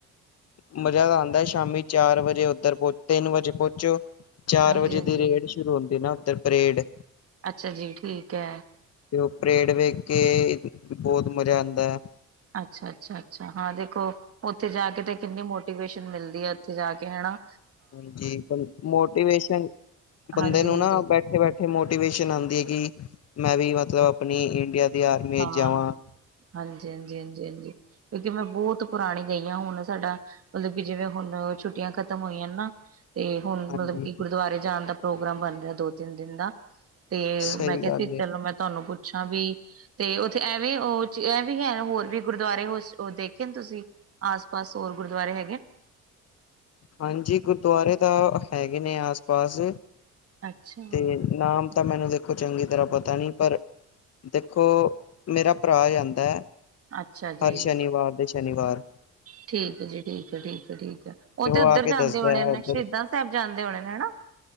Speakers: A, on the left; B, on the right.
A: ਮਜ਼ਾ ਤਾਂ ਆਉਂਦਾ ਸ਼ਾਮੀ ਚਾਰ ਵਜੇ ਉੱਧਰ ਤਿੰਨ ਵਜੇ ਪੁਹੁੰਚੋ। ਚਾਰ
B: ਹਾਂਜੀ
A: ਵਜੇ
B: ਹਾਂਜੀ
A: ਦੀ ਰੇਡ ਸ਼ੁਰੂ ਹੁੰਦੀ ਨਾ ਉੱਧਰ ਪਰੇਡ।
B: ਅੱਛਾ ਜੀ। ਠੀਕ ਹੈ।
A: ਤੇ ਉਹ ਪਰੇਡ ਵੇਖ ਕੇ ਬਹੁਤ ਮਜ਼ਾ ਆਉਂਦਾ ਹੈ।
B: ਅੱਛਾ -ਅੱਛਾ- ਅੱਛਾ ਹਾਂ ਦੇਖੋ ਉੱਥੇ ਜਾ ਕੇ ਤੇ ਕਿੰਨੀ ਮੋਟੀਵੇਸ਼ਨ ਮਿਲਦੀ ਹੈ ਉੱਥੇ ਜਾ ਕੇ ਹੈਨਾ
A: ਹਾਂਜੀ ਮੋਟੀਵੇਸ਼ਨ ਬੰਦੇ
B: ਹਾਂਜੀ
A: ਨੂੰ
B: ਹਾਂਜੀ
A: ਨਾ ਬੈਠੇ- ਬੈਠੇ ਮੋਟੀਵੇਸ਼ਨ ਆਉਂਦੀ ਏ ਕਿ ਮੈਂ ਵੀ ਮਤਲਬ ਆਪਣੀ ਇੰਡੀਆ ਦੀ ਆਰਮੀ ਵਿੱਚ
B: ਹਾਂ
A: ਜਾਵਾਂ
B: ਹਾਂਜੀ -ਹਾਂਜੀ ਹਾਂਜੀ -ਹਾਂਜੀ ਕਿਉਂਕਿ ਮੈਂ ਬਹੁਤ ਪੁਰਾਣੀ ਗਈ ਆ ਹੁਣ ਸਾਡਾ ਮਤਲਬ ਕਿ ਜਿਵੇਂ ਹੁਣ ਛੁੱਟੀਆਂ ਖ਼ਤਮ ਹੋਈਆਂ ਨਾ। ਤੇ ਹੁਣ
A: ਹਾਂਜੀ
B: ਮਤਲਬ ਕਿ ਗੁਰਦੁਆਰੇ ਜਾਨ ਦਾ ਪ੍ਰੋਗਰਾਮ ਬਨ ਰਿਹਾ ਦੋ ਤਿੰਨ ਦਿਨ ਦਾ ਤੇ
A: ਸਹੀ
B: ਮੈਂ ਕਿਹਾ
A: ਗੱਲ
B: ਸੀ
A: ਏ।
B: ਚਲੋ ਮੈਂ ਤੁਹਾਨੂੰ ਪੁੱਛਾਂ ਵੀ ਤੇ ਉੱਥੇ ਐਵੇਂ ਉਹ ਐ ਵੀ ਹੈ ਹੋਰ ਵੀ ਗੁਰਦੁਆਰੇ ਹੋ ਦੇਖੇ ਨ ਤੁਸੀਂ ਆਸ ਪਾਸ ਹੋਰ ਗੁਰਦੁਆਰੇ ਹੈਗੇ ਨ
A: ਹਾਂਜੀ ਗੁਰਦੁਆਰੇ ਤਾਂ ਹੈਗੇ ਨੇ ਆਸ ਪਾਸ
B: ਅੱਛਾ
A: ਤੇ ਨਾਮ ਮੈਨੂੰ ਦੇਖੋ ਚੰਗੀ ਤਰ੍ਹਾਂ ਪਤਾ ਨਹੀਂ ਪਰ ਦੇਖੋ ਮੇਰਾ ਭਰਾ ਜਾਂਦਾ
B: ਅੱਛਾ ਜੀ
A: ਹਰ ਸ਼ਨੀਵਾਰ ਦੇ ਸ਼ਨੀਵਾਰ
B: ਠੀਕ ਹੈ ਜੀ ਠੀਕ ਠੀਕ ਠੀਕ ਹੈ ਉਹ ਤੇ ਉੱਧਰ
A: ਆ ਕੇ
B: ਜਾਂਦੇ
A: ਦੱਸਦਾ
B: ਹੋਣੇ
A: ਹੈ
B: ਨੇ
A: ਉੱਧਰ
B: ਸ਼ਹੀਦਾਂ ਸਾਹਿਬ ਜਾਂਦੇ ਹੋਣੇ ਨੇ ਨਾ